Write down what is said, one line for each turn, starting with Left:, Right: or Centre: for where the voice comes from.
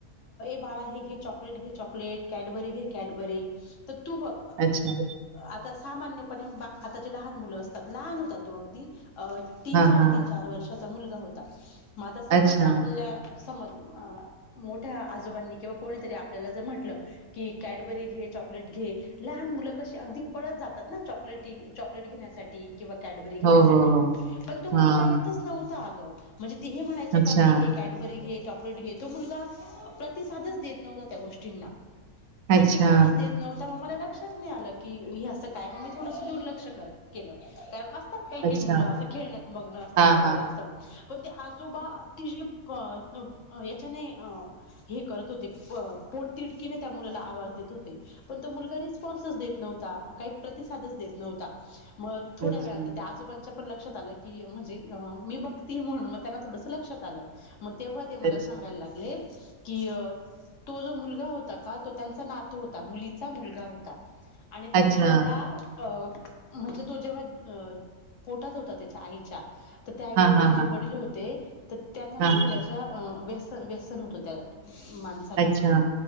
Left: बाळा हे घे चॉकलेट घे चॉकलेट कॅटबरी घे कॅडबरी तर तू बघ
Right: अच्छा.
Left: आता सामान्य <unintelligible> आता जे लहान मुल असतात लहान होतात तो अगदी तीन
Right: हां,
Left: साडे
Right: हां.
Left: तीन चार वर्ष मुलगा होता मग आता सपोज
Right: अच्छा.
Left: आपल्या समोर अं मोठ त्या आजोबांनी किंवा कोणीतरी आपल्याला म्हटलं जर की कॅटबरी घे चॉकलेट घे लहान मुल अशी अगदी पळत जातात न चॉकलेट घेण्यासाठी किंवा कॅडबरी घेण्यासाठी
Right: हो, हो, हो.
Left: पण तो मुलगा
Right: हां.
Left: येतच नव्ह आ ग म्हणजे ते हे म्हणायच
Right: अच्छा,
Left: का हे घे कॅडबरी घे चॉकलेट घे तो मुलगा प्रतिसादच देत नव्हता त्या गोष्टींना प्रतिसादच
Right: अच्छा,
Left: देत नव्हता मग मला लक्षात आलं की अस काय म्हणजे थोडसं दुर्लक्ष केल कारण असतात काही काही
Right: अच्छा.
Left: मुलं अस खेळण्यात मग्न असतात
Right: हां,
Left: वगैरे
Right: हां.
Left: असं पण ते आजोबा ति जे जो याच्याने हे करत होते पोट तिडकीने त्या मुला आवाज देत होते पण तो मुलगा रिस्पॉन्सच देत प्रतिसादेत नव्हता मग थोड्या
Right: अच्छा,
Left: वेळात त्या आजोबांच्या - पण लक्षात आलं की म्हणजे मी बघती म्हणून मग त्यांला थोडसं लक्षात आलं मग तेव्हा ते मला
Right: अच्छा,
Left: सांगायला लागले. कि अ तो जो मुलगा होता का तो त्यांचा नातु होता मुलीचा मुलगा होता. आणि त्या
Right: अच्छा.
Left: मुलाला अ म्हणजे तो जेव्हा पोटात होता त्याच्या आईच्या तर त्यावेळी
Right: हां,
Left: त्याचे
Right: हां,
Left: जे
Right: हां.
Left: वडील होते तर त्यांना ना
Right: हां,
Left: थोड्याशा
Right: हां.
Left: व्यस -व्यसन होतं त्याला माणसाला
Right: अच्छा,